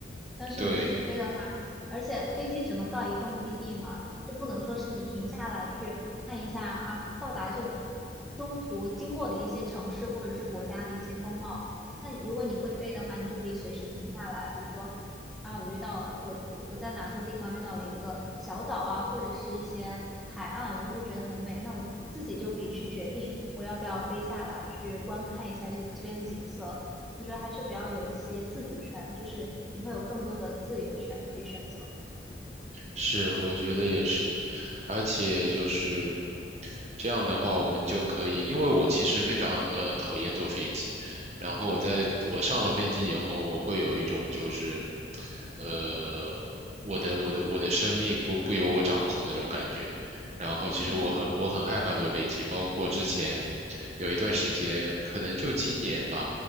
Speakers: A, in the centre; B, on the right.
A: 但是你自己飞的话，
B: 对。
A: 而且飞机只能到一个目的地嘛，就不能说是你停下来去看一下啊，到达这个中途经过的一些城市或者是国家的一些风貌。那如果你会飞的话，你就可以随时停下来，比如说啊，我遇到我我在哪个地方遇到了一个小岛啊，或者是一些海岸，我就会觉得很美。那我自己就可以去决定我要不要飞下来去观看一下这这边的景色。我觉得还是比较有一些自主权，就是你会有更多的自由权可以选择。
B: 是，我觉得也是，而且就是这样的话，我们就可以，因为我其实非常呃讨厌坐飞机，然后我在我上了飞机以后，我会有一种就是，呃，我的我的我的生命不不由我掌控的那种感觉，然后其实我很我很害怕坐飞机，
A: 嗯
B: 包括之前有一段时间，可能就今年吧，